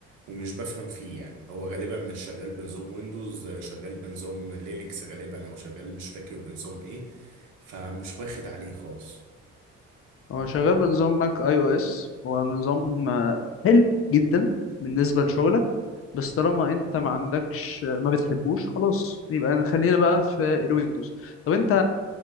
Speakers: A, on the right (about 80°); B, on the left (about 50°).
A: ومش بفهم فيه يعني هو غالبا مش شغال بنظام ويندوز آه، شغال بنظام لينكس غالبا او شغال مش فاكر بنظام ايه فمش واخد عليه خالص
B: هو شغال بنظام ماك اي او اس هو نظام آه، حلو جدا بالنسبة لشغلك بس طالما انت ما عندكش آه، ما بتحبوش خلاص يبقى خلينا بقى في الويندوز طب انت